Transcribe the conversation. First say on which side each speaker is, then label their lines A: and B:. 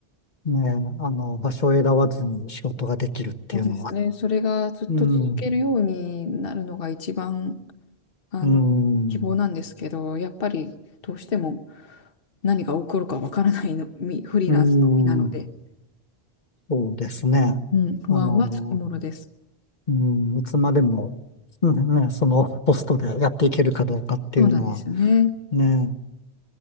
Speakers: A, on the left (about 45°); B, on the left (about 60°).
A: ねえ、あの、場所を選ばずに仕事ができるっていうのは。
B: そうですね。それがずっと続けるようになるのが一番、
A: うん。
B: あの、
A: うん。
B: 希望なんですけど、やっぱりどうしても何が起こるかわからないの、みフリーランスの身なので、
A: うーん、そうですね。
B: うん、不安はつきものです。
A: あの、うん、いつまでも、うんね、そのポストでやっていけるかどうかっていうのは、
B: そうなんですよね。
A: ね、